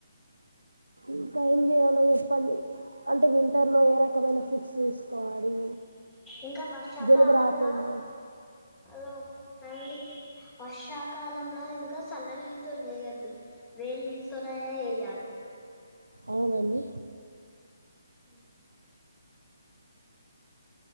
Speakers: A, on the right; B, on the left.
A: ఇంకా ఏంచేయలేదు పని అంటే వింటర్లో ఏ రకమైన ఫుడ్స్ తీసుకోవాలి
B: ఇంకా వర్షాకాలంలా
A: జలుబు రాకుండా
B: హలో అండి వర్షాకాలంలా ఇంకా సళ్ల లిల్తోన్ చేయొద్దు వేడ్ లిల్తోనైన చెయ్యాలి
A: అవునండి
B: ఉ